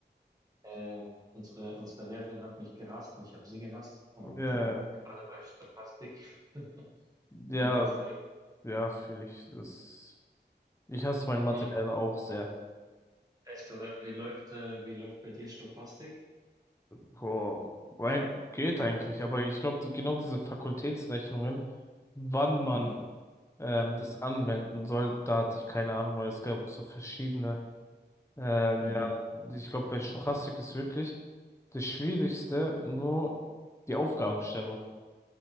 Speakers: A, on the right (about 20°); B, on the left (about 15°).
A: äh, unsere, unsere Lehrerin hat mich gehasst und ich habe sie gehasst. Und
B: Ja,
A: äh, gerade bei Stochastik. <laughs>
B: ja,
A: Und deswegen,
B: ja, fühle ich. Das, ich hasse meinen
A: wie,
B: Mathelehrer auch sehr.
A: echt, oder? Wie läuft, äh, wie läuft bei dir Stochastik?
B: Boah, mein- geht eigentlich, aber ich glaube, die, genau diese Fakultätsrechnungen, wann man
A: Mhm.
B: ähm, das anwenden soll, da hatte ich keine Ahnung, weil es gab so verschiedene. Ähm,
A: Mhm.
B: ja, ich glaube, bei Stochastik ist wirklich das Schwierigste nur die Aufgabenstellung.